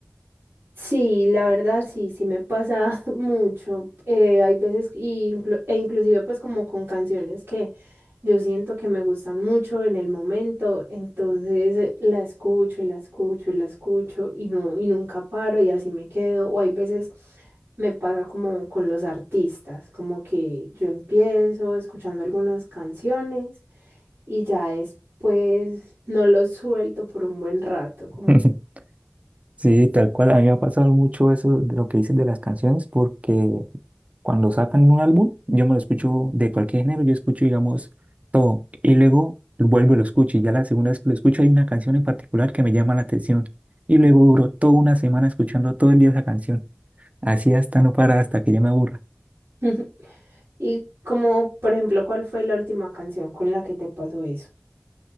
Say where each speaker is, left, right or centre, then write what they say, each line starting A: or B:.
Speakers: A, on the right (about 75°); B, on the right (about 35°).
A: Sí, la verdad sí, sí me pasa <laughs> mucho. Eh, hay veces y inclu- e inclusive pues como con canciones que yo siento que me gustan mucho en el momento, entonces eh, la escucho y la escucho y la escucho y no y nunca paro y así me quedo. O hay veces me pasa como con los artistas, como que yo empiezo escuchando algunas canciones y ya después no los suelto por un buen rato, como
B: <laughs> Sí, tal cual, a mí me ha pasado mucho eso de lo que dices de las canciones, porque Cuando sacan un álbum, yo me lo escucho de cualquier género, yo escucho, digamos, todo. Y luego vuelvo y lo escucho. Y ya la segunda vez que lo escucho hay una canción en particular que me llama la atención. Y luego duro toda una semana escuchando todo el día esa canción. Así hasta no para, hasta que ya me aburra.
A: <laughs> Y como, por ejemplo, ¿cuál fue la última canción con la que te pasó eso?